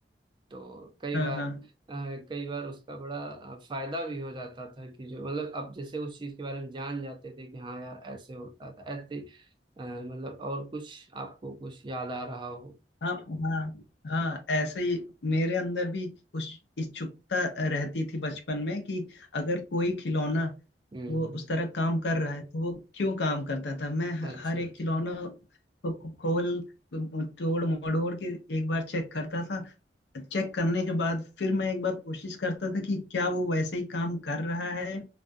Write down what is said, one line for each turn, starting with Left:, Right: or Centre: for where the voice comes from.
Right: तो कई
Left: हाँ
Right: बार
Left: हाँ
Right: अ, कई बार उसका बड़ा अ, फायदा भी हो जाता था कि जो मतलब अब जैसे उस चीज के बारे में जान जाते थे कि हाँ यार ऐसे होता था ऐसे अ, मतलब और कुछ आपको कुछ याद आ रहा हो
Left: हाँ हाँ हाँ ऐसे ही मेरे अंदर भी उस इच्छुकता रहती थी बचपन में कि अगर कोई खिलौना
Right: हम्म
Left: वो
Right: हम्म।
Left: उस तरह काम कर रहा है तो वो क्यों काम करता था मैं ह-
Right: अच्छा
Left: हर एक
Right: अच्छा
Left: खिलौना को खोल तोड़ मड़ोड़ के एक बार चेक करता था चेक करने के बाद फिर मैं एक बार कोशिश करता था कि क्या वो वैसे ही काम कर रहा है